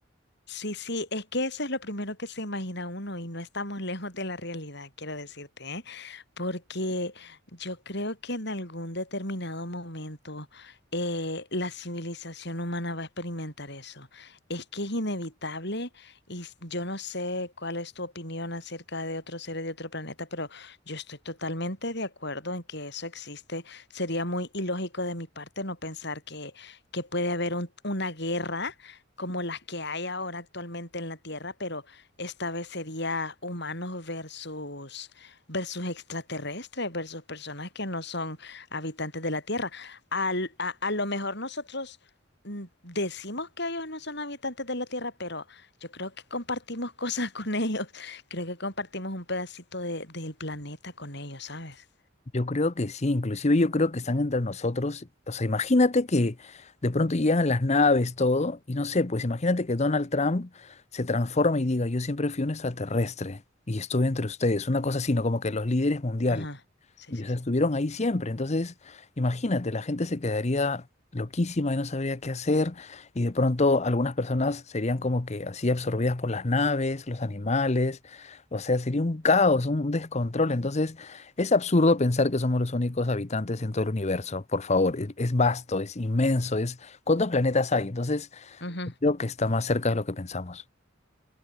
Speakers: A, on the left; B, on the left.
A: Sí, sí, es que eso es lo primero que se imagina uno y no estamos <laughs> lejos de la realidad, quiero decirte, ¿eh? Porque yo creo que en algún determinado momento eh, la civilización humana va a experimentar eso. Es que es inevitable y s- yo no sé cuál es tu opinión acerca de otros seres de otro planeta, pero yo estoy totalmente de acuerdo en que eso existe. Sería muy ilógico de mi parte no pensar que, que puede haber un- una guerra como las que hay ahora actualmente en la Tierra, pero esta vez sería humanos versus versus extraterrestres, versus personas que no son habitantes de la Tierra. Al- a, a lo mejor nosotros mm, decimos que ellos no son habitantes de la Tierra, pero yo creo que compartimos cosas <laughs> con ellos. Creo que compartimos un pedacito de- del planeta con ellos, ¿sabes?
B: Yo creo que sí, inclusive yo creo que están entre nosotros. O sea, imagínate que de pronto llegan las naves, todo, y no sé, pues imagínate que Donald Trump se transforma y diga, yo siempre fui un extraterrestre y estuve entre ustedes, una cosa así, ¿no? Como que los líderes mundiales.
A: Ajá. Sí,
B: Y
A: sí,
B: o sea,
A: sí.
B: estuvieron ahí siempre. Entonces, imagínate, la gente se quedaría loquísima y no sabría qué hacer. Y de pronto algunas personas serían como que así absorbidas por las naves, los animales. O sea, sería un caos, un descontrol. Entonces, es absurdo pensar que somos los únicos habitantes en todo el universo. Por favor, e- es vasto, es inmenso, es... ¿Cuántos planetas hay? Entonces,
A: Ujú.
B: creo que está más cerca de lo que pensamos.